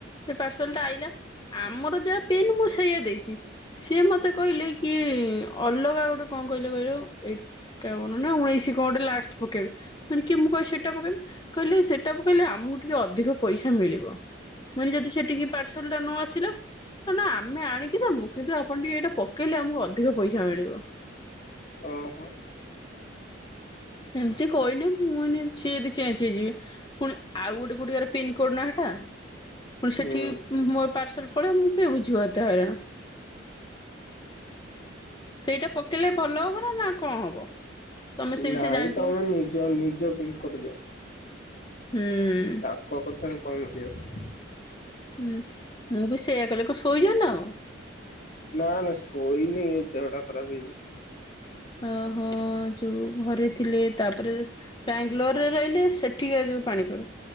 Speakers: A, on the left; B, on the left.
A: ସେ ପାର୍ସଲଟା ଆଇଲା ଆମର ଯାହା ପିନ୍ ମୁଁ ସେଇଆ ଦେଇଛି। ସିଏ ମତେ କହିଲେ କି ଅଲଗା ଗୋଟେ କଣ କହିଲେ କହିଲ ଏକାବନ ନା ଉଣେଇଶି କଣ ଗୋଟେ ଲାଷ୍ଟ ପକେଆକୁ ମାନେ କି ମୁଁ କହି ସେ ଟା କହିଲେ ସେଟାକୁ ପକେଇଲେ ଆମକୁ ଟିକେ ଅଧିକ ପଇସା ମିଳିବ। ମାନେ ଯଦି ସେଠିକି ପାର୍ସଲଟା ନ ଆସିଲା। ନା ଆମେ ଆଣିକି ଦବୁ କିନ୍ତୁ ଆପଣ ଟିକେ ଏଇଟା ପକେଇଲେ ଆମକୁ ଅଧିକ ପଇସା ମିଳିବ।
B: ଓହୋ।
A: ଏମିତି କହିଲେ ସେ ଯଦି ଅଇକା ଚେଞ୍ଜ ହେଇଯିବେ। ପୁଣି ଆଉ ଗୋଟେ କୋଉଠିକାର ପିନକୋଡ ନା ଟା ପୁଣି ସେଠି
B: ହୁଁ
A: ମୋର ପାର୍ସଲ ପଳେଇବ ମୁଁ କିଏ ବୁଝିବ ଏତେ ହଇରାଣ। ସେଇଟା ପକେଇଲେ ଭଲ ହବ ନା ନା କଣ ହବ? ତମେ ସେ ବିଷୟ
B: ନାଇଁ
A: ଜାଣିଥିବ
B: ତମେ ନିଜ ନିଜ ପିନକୋଡ଼ ଦିଅ।
A: ହୁଁ।
B: <unintelligible>
A: ହୁଁ ମୁଁ ବି ସେଇଆ କଲି, କଣ ଶୋଇଚ ନା କଣ?
B: ନା ନା ଶୋଇନି ଏ ଦେହଟା ଖରାପ ହେଇଯାଇଛି।
A: ଅ ହଁ ଯୋଉ ଘରେ ଥିଲେ ତାପରେ ବାଙ୍ଗଲୋରେ ରହିଲେ ସେଠିକା ଯୋଉ ପାଣି ପାଗ।